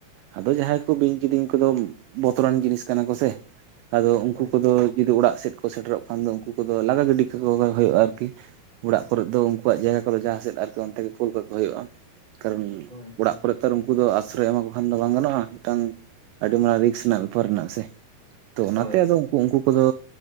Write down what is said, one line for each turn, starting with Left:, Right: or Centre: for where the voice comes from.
Right: ᱟᱫᱚ ᱡᱟᱦᱟᱸᱭ ᱠᱚ ᱵᱤᱧ ᱠᱤᱫᱤᱧ ᱠᱚᱫᱚ ᱵᱚᱛᱚᱨᱟᱱ ᱡᱤᱱᱤᱥ ᱠᱟᱱᱟ ᱠᱚᱥᱮ ᱟᱫᱚ ᱩᱱᱠᱩ
Left: ᱦᱳᱭ
Right: ᱠᱚᱫᱚ
Left: ᱛᱚ
Right: ᱡᱩᱫᱤ ᱚᱲᱟᱜ ᱥᱮᱫ ᱠᱚ ᱥᱮᱴᱮᱨᱚᱜ ᱠᱷᱟᱱ ᱫᱚ ᱩᱱᱠᱩ ᱠᱚᱫᱚ ᱞᱟᱜᱟ ᱜᱤᱰᱤ ᱦᱩᱭᱩᱜ-ᱟ ᱟᱨᱠᱤ ᱚᱲᱟᱜ ᱠᱚᱨᱮ ᱫᱚ ᱩᱱᱠᱩᱣᱟᱜ ᱡᱟᱭᱜᱟ ᱠᱚᱨᱮ ᱡᱟᱦᱟᱸᱥᱮᱫ ᱟᱨᱠᱤ ᱚᱱᱛᱮ ᱠᱩᱞ ᱠᱟᱠᱚ ᱦᱩᱭᱩᱜ-ᱟ ᱠᱟᱨᱚᱱ
Left: ᱦᱳᱭ
Right: ᱚᱲᱟᱜ
Left: ᱦᱳᱭ
Right: ᱠᱚᱨᱮ ᱛᱚ ᱩᱱᱠᱩ ᱫᱚ ᱟᱥᱨᱚᱭ ᱮᱢᱟ ᱠᱚ ᱠᱷᱟᱱ ᱫᱚ ᱵᱟᱝ ᱜᱟᱱᱚᱜ-ᱟ ᱢᱤᱫᱴᱟᱝ ᱟᱹᱰᱤ ᱢᱟᱨᱟᱝ ᱨᱤᱠᱥ ᱨᱮᱱᱟᱜ ᱵᱮᱯᱟᱨ ᱢᱮᱱᱟᱜ-ᱟ ᱥᱮ ᱛᱚ ᱚᱱᱟᱛᱮ
Left: ᱦᱳᱭ
Right: ᱟᱫᱚ ᱩᱱᱠᱩ ᱠᱚᱫᱚ